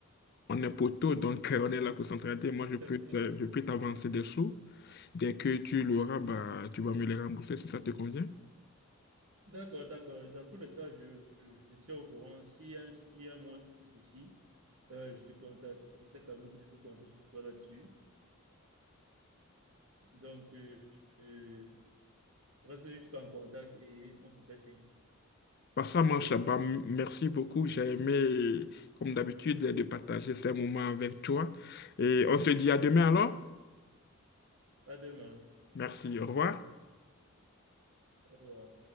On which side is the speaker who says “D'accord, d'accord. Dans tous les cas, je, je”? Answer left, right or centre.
Right